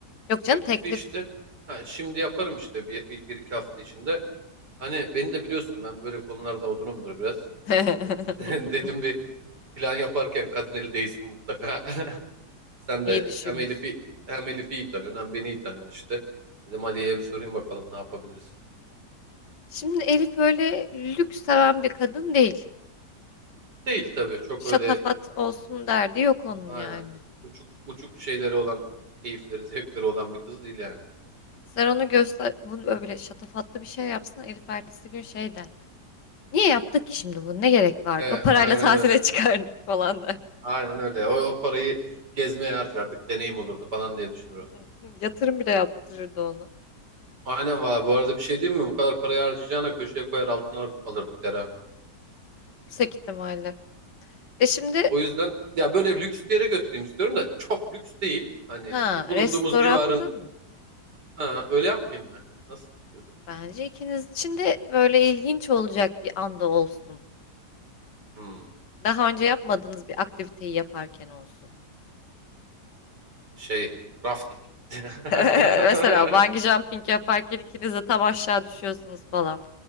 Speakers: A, on the left (about 90°); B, on the right (about 80°).
A: Yok
B: teklifi
A: canım teklif.
B: işte. Ha, şimdi yaparım işte bir, bir, bir iki hafta içinde. Hani beni de biliyorsun ben böyle konularda odunumdur biraz.
A: <laughs>
B: Ee, <laughs> dedim bir plan yaparken kadın eli değsin mutlaka. <laughs> Sen de
A: İyi düşünmüşsün.
B: hem Elif'i hem Elif'i iyi tanıyorsun hem beni iyi tanıyorsun işte. Dedim Aliye'ye bir sorayım bakalım ne yapabiliriz.
A: Şimdi Elif öyle lüks seven bir kadın değil.
B: Değil tabii çok
A: Şatafat
B: öyle
A: olsun derdi yok onun
B: aynen
A: yani.
B: uçuk uçuk şeyleri olan keyifleri zevkleri olan bir kız değil yani.
A: Sen onu göster, bunu öyle şatafatlı bir şey yapsın Elif ertesi gün şey der. Niye yaptık ki şimdi bunu? Ne gerek vardı?
B: Ee,
A: O parayla
B: aynen
A: <laughs> tatile
B: öyle.
A: çıkardık falan der.
B: Aynen öyle. O, o parayı gezmeye harcardık deneyim olurdu falan diye düşünür o.
A: <laughs> Yatırım bile yaptırırdı onu.
B: Aynen valla bu arada bir şey diyeyim mi? Bu kadar parayı harcayacağına köşeye koyar altın alır- alırdık der ha.
A: Yüksek ihtimalle. E şimdi
B: O yüzden ya böyle lüks bir yere götüreyim istiyorum da çok lüks değil. Hani
A: Ha,
B: bulunduğumuz
A: restoratta
B: civarın
A: mı?
B: ha, öyle yapmayayım mı? Nasıl diyorsun?
A: Bence ikiniz için de böyle ilginç olacak bir anda olsun.
B: Hmm,
A: Daha önce yapmadığınız bir aktiviteyi yaparken olsun.
B: şey rafting. <laughs>
A: <laughs> Mesela bungee jumping yaparken ikiniz de tam aşağı düşüyorsunuz falan.